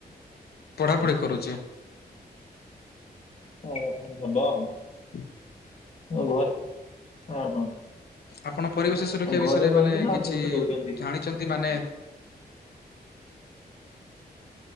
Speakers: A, on the left; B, on the left.
A: ପଢାପଢ଼ି କରୁଛି।
B: ଓ ହୋ ଭଲ ଆଉ।
A: <inaudible>
B: ମୁଁ ଘରେ, ହଁ ହଁ।
A: ଆପଣ ପରିବେଶ ସୁରକ୍ଷା
B: ଘରେ
A: ବିଷୟରେ
B: ରହିକି
A: ମାନେ
B: ନା ଆଉ
A: କିଛି
B: କୋଉଠି ରହୁଛନ୍ତି?
A: ଜାଣିଛନ୍ତି ମାନେ